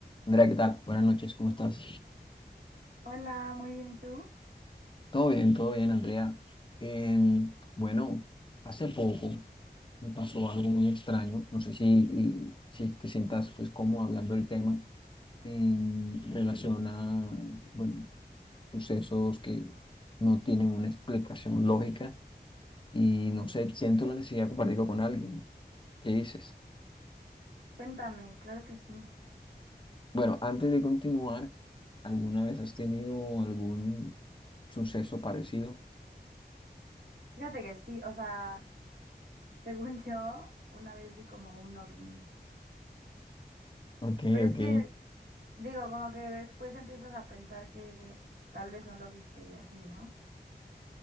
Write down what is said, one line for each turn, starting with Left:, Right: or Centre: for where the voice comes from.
Left: Andrea, ¿qué tal? Buenas noches, ¿cómo estás?
Right: Hola, muy bien, ¿y tú?
Left: Todo bien, todo bien, Andrea. Em, bueno, hace poco me pasó algo muy extraño. No sé si, y- si te sientas pues cómodo hablando del tema en relación a, bueno, sucesos que no tienen una explicación lógica y no sé, siento la necesidad de compartirlo con alguien. ¿Qué dices?
Right: Cuéntame, claro que sí.
Left: Bueno, antes de continuar, ¿alguna vez has tenido algún suceso parecido?
Right: Fíjate que sí, o sea, <laughs> según yo, una vez vi como un ovni.
Left: Ok,
Right: Pero es
Left: ok,
Right: que, digo, como que después empiezas a pensar que tal vez no lo viste y así, ¿no?